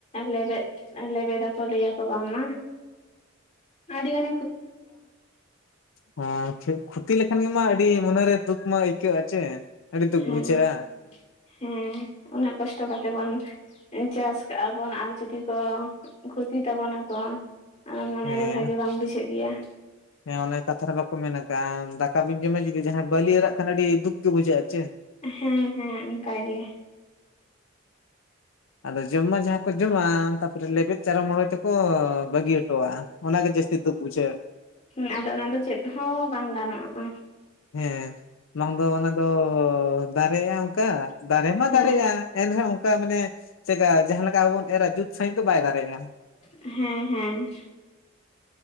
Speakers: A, on the left (about 35°); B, on the left (about 75°).
A: ᱞᱮᱵᱮᱫ-ᱞᱮᱵᱮᱫ ᱟᱠᱚ ᱞᱟᱹᱭᱟᱠᱚ ᱵᱟᱝ ᱢᱟ, ᱟᱹᱰᱤᱜᱟᱱ
B: ᱦᱚᱭ ᱠᱷᱚᱛᱤ ᱞᱮᱠᱷᱟᱱ ᱜᱮᱢᱟ ᱟᱹᱰᱤ ᱢᱚᱱᱮᱨᱮ ᱫᱩᱠ ᱢᱟ ᱟᱹᱭᱠᱟᱹᱜ-ᱟᱪ ᱟᱹᱭᱠᱟᱹᱜ ᱟᱪᱮ, ᱟᱹᱰᱤ ᱫᱩᱠ
A: ᱦᱮᱸ
B: ᱵᱩᱡᱷᱟᱹᱜ-ᱟ᱾
A: ᱦᱮᱸ ᱩᱱᱟᱹᱜ ᱠᱚᱥᱴᱚ ᱠᱟᱛᱮᱜ ᱵᱚᱱ ᱪᱟᱥ ᱠᱟᱜ ᱟ ᱵᱚᱱ ᱟᱨ, ᱡᱩᱫᱤ ᱠᱚ ᱠᱷᱚᱛᱤ ᱛᱟᱵᱚ ᱱᱟᱠᱚ, ᱟᱸ ᱢᱚᱱᱮᱨᱮ
B: ᱦᱮᱸ
A: ᱵᱷᱟᱜᱮ ᱵᱟᱝ ᱵᱩᱡᱷᱟᱹᱜ ᱜᱮᱭᱟ᱾
B: ᱦᱮᱸ ᱚᱱᱮ ᱠᱟᱛᱷᱟ ᱨᱮ ᱵᱟᱠᱚ ᱢᱮᱱ ᱠᱟᱜᱼᱟ, ᱫᱟᱠᱟ ᱵᱤᱱ ᱡᱚᱢᱟ ᱡᱩᱫᱤ ᱡᱟᱦᱟᱸᱭ ᱵᱟᱹᱞᱤ ᱮᱨᱟᱜ ᱠᱷᱟᱱ, ᱟᱹᱰᱤ ᱫᱩᱠ ᱜᱮ ᱵᱩᱡᱷᱟᱹᱜᱼᱟ ᱪᱮ?
A: ᱦᱮᱸ, ᱦᱮᱸ, ᱚᱱᱠᱟ ᱜᱮ᱾
B: ᱟᱫᱚ ᱡᱚᱢᱟ ᱡᱟᱦᱟᱸ ᱠᱚ ᱡᱚᱢᱟ, ᱛᱟᱯᱚᱨᱮ ᱞᱮᱵᱮᱫ ᱪᱟᱨᱚ ᱢᱚᱬ ᱛᱮᱠᱚ ᱠᱚ ᱵᱟᱹᱜᱤ ᱦᱚᱴᱚᱼᱟ, ᱚᱱᱟᱜᱮ ᱡᱟᱹᱥᱛᱤ ᱫᱩᱠ ᱵᱩᱡᱷᱟᱹᱜᱼᱟ᱾
A: ᱦᱩᱸ ᱟᱫᱚ ᱚᱱᱟ ᱫᱚ ᱪᱮᱫ ᱦᱚᱸ ᱵᱟᱝ ᱜᱟᱱᱚᱜᱼᱟ᱾
B: ᱦᱮᱸ ᱵᱟᱝ ᱫᱚ ᱚᱱᱟ ᱫᱚ, ᱫᱟᱨᱮᱜᱼᱟ ᱚᱱᱠᱟ ᱫᱟᱨᱮ ᱢᱟ
A: ᱦᱮᱸ
B: ᱫᱟᱨᱮᱜᱼᱟ᱾ ᱮᱱ ᱨᱮᱦᱚᱸ ᱚᱱᱠᱟ ᱢᱟᱱᱮ ᱪᱮᱫᱠᱟ, ᱡᱟᱦᱟᱸ ᱞᱮᱠᱟ ᱟᱵᱚ ᱵᱚᱱ ᱮᱨᱨᱟ, ᱡᱩᱛ ᱥᱟᱺᱦᱤᱡ ᱫᱚ ᱵᱟᱭ ᱫᱟᱲᱮᱭᱟᱜᱼᱟ᱾
A: ᱦᱮᱸ, ᱦᱮᱸ᱾